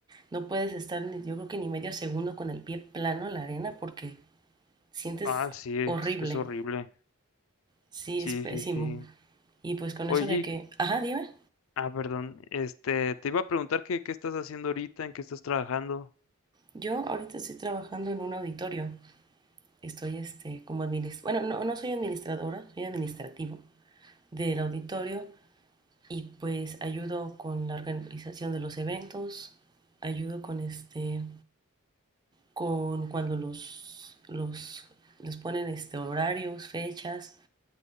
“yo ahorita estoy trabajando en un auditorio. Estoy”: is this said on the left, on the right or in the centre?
Right